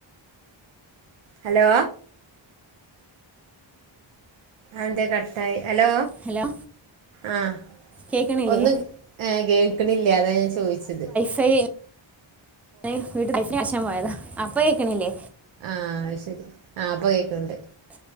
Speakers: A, on the right (about 75°); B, in the centre.
A: ഹലോ അന്തേ കട്ടായി ഹലോ
B: ഹലോ
A: ആഹ്
B: കേൾക്കണില്ലേ
A: ഒന്നും ഏ കേക്ണില്ല അതാ ഞാൻ ചോയ്ച്ചത്
B: സെയിൽ ഏ വീട്ട് കയിഞ്ഞാഷം പോയതാ അപ്പ കേക്ക്ണില്ലേ
A: ആഹ് അത് ശരി ആ ഇപ്പൊ കേക്ക്ണ്ട്